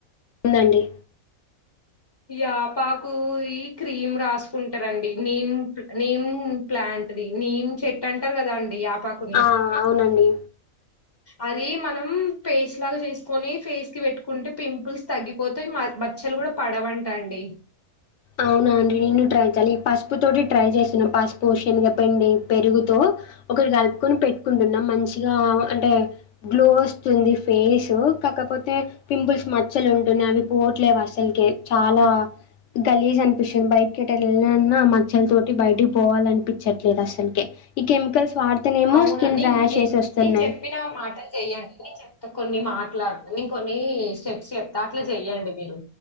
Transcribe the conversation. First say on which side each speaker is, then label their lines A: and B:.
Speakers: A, on the left; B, on the left.
A: ఉందండి
B: యాపాకు క్రీమ్ రాసుకుంటరండి. నీమ్ నీమ్ ప్లాంట్ ది నీమ్ చెట్టు అంటరు కదా అండి. యాపాకుని
A: ఆ అవునండి
B: అది మనం ఫేస్ లాగా చేసుకొని ఫేస్ కి పెట్టుకుంటే పింపుల్స్ తగ్గిపోతాయి. బచ్చలు కూడా పడవంటా అండి.
A: అవునా అండి. నేను ట్రై చాలి ఈ పసుపు తోటి ట్రై చేస్ పస్పోషిన్గా పెండి పెరుగుతూ ఒకటి కలుపుకొని పెట్టుకుంటున్నాం. మంచిగా అంటే గ్లో వస్తుంది. ఫేసు కాకపోతే పింపుల్స్ మచ్చలు ఉంటున్నాయి. అవి పోట్లేవు అసలకే చాలా గలీజ్ అనిపిస్తుంది. బైక్కిట వెళ్ నన్నా మచ్చల తోటి బయటకి పోవాల అనిపించట్లేదు. అసలుకే ఈ కెమికల్స్ వాడితేనేమో
B: అవునా
A: స్కిన్
B: నే
A: ర్యాషెస్
B: నేన్
A: వస్తున్నాయి
B: నేను చెప్పిన మాటలు చెయ్యని పకొళ్ మేం మ మాట్లాడుతు నేన్ కొన్ని స్టెప్స్ చెప్ దాట్లో చెయ్యండి మీరు